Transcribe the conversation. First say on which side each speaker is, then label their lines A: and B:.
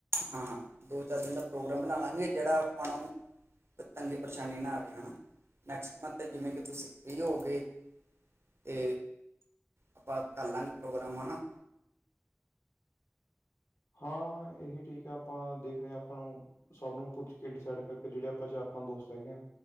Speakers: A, on the right; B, on the left.
A: ਹਾਂ, ਦੋ-ਚਾਰ ਦਿਨ ਦਾ ਪ੍ਰੋਗਰਾਮ ਬਨਾ ਲਾਂਗੇ ਜੇਹੜਾ ਆਪਾਂ ਤੰਗੀ ਪਰੇਸ਼ਾਨੀ ਨਾ ਆਵੇ, ਹਨਾ। ਨੈਕਸਟ ਮੰਥ ਜਿਵੇਂ ਕਿ ਤੁਸੀਂ ਫ੍ਰੀ ਹੋਵੋਗੇ ਤੇ ਆਪਾਂ ਕਰ ਲਾਂਗੇ ਪ੍ਰੋਗਰਾਮ, ਹਨਾ।
B: ਹਾਂ ਏਹੀ ਠੀਕ ਹੈ। ਆਪਾਂ ਦੇਖਨੇ ਆਂ ਆਪਾਂ ਨੂੰ ਸਭ ਨੂੰ ਪੁੱਛ ਕੇ ਡਿਸਾਈਡ ਕਰਕੇ ਜੇਹੜੇ ਆਪਾਂ ਚਾਰ-ਪੰਜ ਦੋਸਤ ਹੈਗੇ ਆਂ